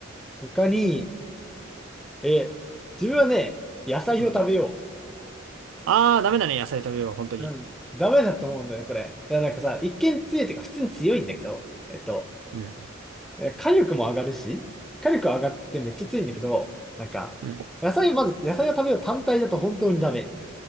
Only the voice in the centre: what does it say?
うん他に、え、自分はね、野菜を食べよ
ううん。ダメだと思うんだよね、これ。いや、なんかさ、一見強いっていうか、普通に強いんだけど、えっと、
え火力も上がるし、火力上がってめっちゃ強いんだけど、なんか、
野菜をまず、野菜を食べよう単体だと本当にダメ。